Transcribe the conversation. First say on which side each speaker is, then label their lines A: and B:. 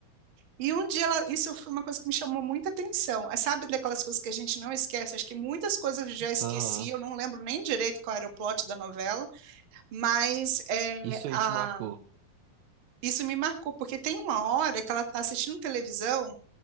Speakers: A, on the right; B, on the right.
A: E um dia ela, isso foi uma coisa que me chamou muita atenção. Ah, Sabe daquelas coisas que a gente não esquece? Acho que muitas coisas eu já esqueci,
B: Aham.
A: eu não lembro nem direito qual era o plot da novela, mas é,
B: Isso aí
A: a-
B: te marcou.
A: isso me marcou, porque tem uma hora que ela está assistindo televisão,